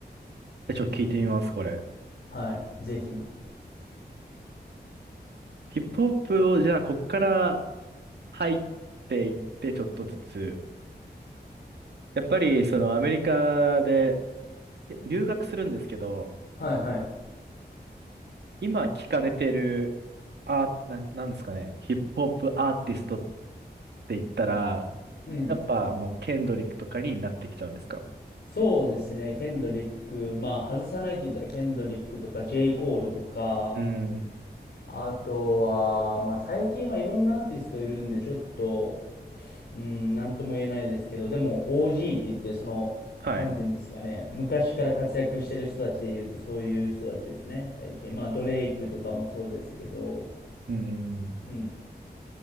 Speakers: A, on the right; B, on the left.
A: え、ちょっと聞いてみます、これ。
B: はいぜひ
A: ヒップホップを、じゃあ、こっから入っていって、ちょっとずつ。やっぱり、その、アメリカで留学するんですけど、
B: はいはい
A: 今聞かれてる、あ、な、なんですかね。ヒップホップアーティストって言ったら、
B: うん
A: やっぱもう、ケンドリックとかになってきちゃうんですか
B: そうですねケンドリックまあ外さないって言ったらケンドリックとか J. コールとか
A: うーん。
B: あとはまあ最近はいろんなアーティストいるんでちょっとうん、なんとも言えないですけど、でも OG って言って、その、
A: はい。
B: なんていうんですかね、昔から活躍してる人たちで言うと、そういう人たちですね、最近。まあ、ドレイクとかもそうですけど、
A: うんうんうん。
B: うん。